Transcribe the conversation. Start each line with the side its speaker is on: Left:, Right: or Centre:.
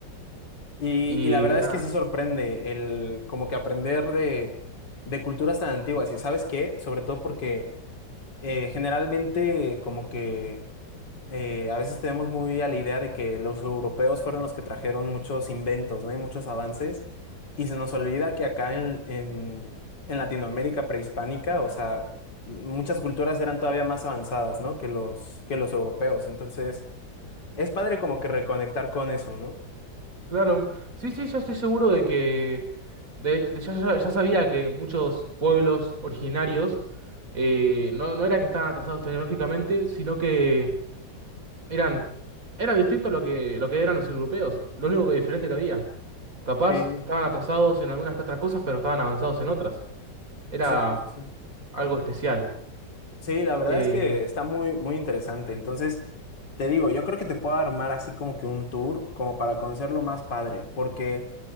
Left: Y,
Right: Y
Left: y la verdad es
Right: nada.
Left: que sí sorprende el como que aprender de, de culturas tan antiguas. ¿Y sabes qué? Sobre todo porque eh, generalmente como que eh, a veces tenemos muy a la idea de que los europeos fueron los que trajeron muchos inventos, ¿no? Y muchos avances. Y se nos olvida que acá en, en, en Latinoamérica prehispánica, o sea, muchas culturas eran todavía más avanzadas, ¿no? Que los, que los europeos. Entonces, es padre como que reconectar con eso, ¿no?
Right: Claro, sí, sí, yo estoy seguro de que, de hecho, de- ya, ya- ya sabía que muchos pueblos originarios eh, no, no era que estaban atrasados tecnológicamente, sino que eran, era distinto a lo que, lo que eran los europeos, lo único que diferente que había. Capaz
Left: Sí,
Right: estaban atrasados en algunas que otras cosas, pero estaban avanzados en otras. Era
Left: sí, sí, sí.
Right: algo especial.
Left: Sí, la verdad
Right: Eh,
Left: es que está muy, muy interesante. Entonces, te digo, yo creo que te puedo armar así como que un tour, como para conocerlo más padre, porque